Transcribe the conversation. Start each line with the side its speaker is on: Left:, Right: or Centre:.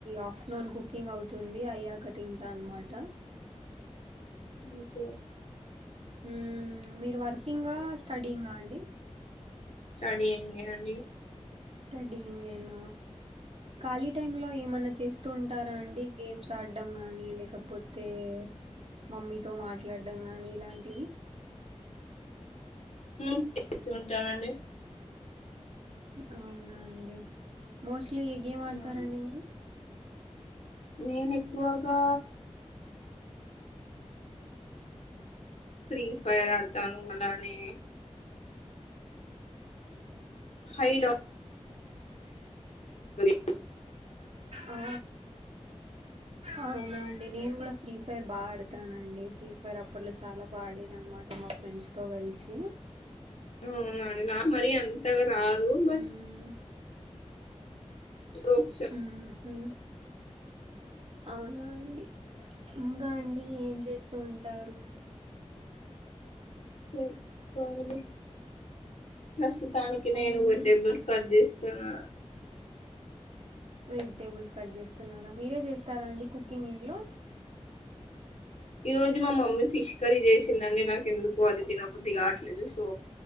Right: ఆఫ్టర్నూన్ కుకింగ్ అవుతుంది అయ్యాక తింటాను అనమాట
Left: ఓకే
Right: ఉమ్ మీరు వర్కింగా స్టడీ ఇంగా అండి
Left: స్టడీ ఇంగే అండి
Right: స్టడీ ఇంగ్గేన ఖాళీ టైమ్ లో ఏమన్నా చేస్తూ ఉంటారా అండి గేమ్స్ ఆడడం గానీ లేకపోతే ఆ మమ్మీ తో మీతో మాట్లాడం గాని ఇలాంటివి
Left: హు చేస్తూ ఉంటానండి
Right: అవునా అండి మోస్ట్లీ ఆడతారండి
Left: అవునా,
Right: మీరు
Left: నేను ఎక్కువగా ఫ్రీ ఫైర్ ఆడుతాను అలానే హై <unintelligible>
Right: ఆ అవునా అండి నేను కూడా ఫ్రీ ఫైర్ బాగా ఆడతానండి ఫ్రీ ఫైర్ అప్పట్లో చాల <unintelligible> మా ఫ్రెండ్స్ తో కలిసి
Left: హమ్ అవునండి నాకు మరి అంతగా రాదు బట్
Right: ఉ
Left: <unintelligible>
Right: ఉహు అవునా అండి ఇంగా అండి ఏం చేస్తూ ఉంటారు
Left: చెప్పండి ప్రస్తుతానికి
Right: చెప్పాలండి
Left: నేను వెజిటేబుల్స్ కట్ చేస్తున్నా
Right: వెజిటేబుల్స్ కట్ చేస్తున్నారా మీరే చేస్తార అండి కుకింగ్ ఇంట్లో
Left: ఈ రోజు మా మమ్మీ ఫిష్ కర్రీ చేసిందండి నాక ఎందుకు అది తినబుద్ధి కాట్లేదు సో